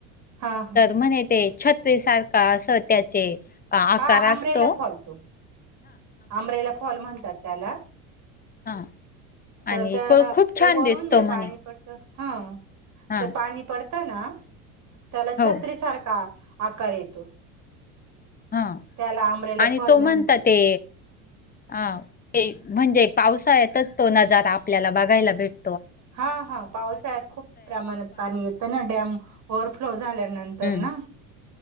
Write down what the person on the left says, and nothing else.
तर म्हणे तेे छत्रीसारख असं त्याचे आकार
असतो
हा
आणि
खूप
छान
दिसतो
म्हणे
हा
हो
हां,
आणि
तो
म्हणता ते अं, ते म्हणजे पावसाळ्यातच तो नजारा आपल्याला बघायला भेट
हम्म